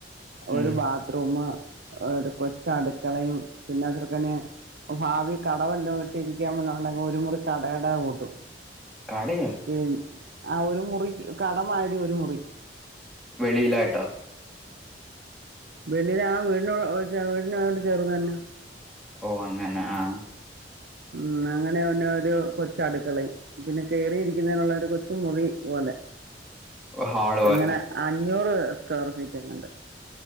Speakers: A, on the right; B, in the centre.
A: ഒരു
B: ഉം
A: ബാത്ത്റൂം ഒരു കൊച്ച് അടുക്കളയും പിന്നെ ചെർക്കന് ഭാവി കടവെല്ലാം ഇട്ട് ഇരിക്കാൻ പോല ഉണ്ടെങ്കിൽ ഒരു മുറി കടേടെ കൂട്ടും
B: കടയൊ
A: പിന്നെ ആ ഒരു മുറി കടമാരി ഒരു മുറി
B: വെളിയിലാട്ടോ
A: വെളില് ആ വീടനോ വീടിനോട് ചേർന്നു തന്നെ
B: ഓ അങ്ങനെ ആഹ്
A: ഉം അങ്ങനെ തന്നെ ഒരു കൊച്ച് അടുക്കളയും പിന്നെ കേറിയിരിക്കുന്നതിനുള്ള ഒരു കൊച്ച് മുറി പോലെ
B: ഒരു ഹാളു പോലെ
A: അങ്ങനെ അഞ്ഞൂറ് സ്ക്വയർ ഫീറ്റ് എങ്ങാണ്ട്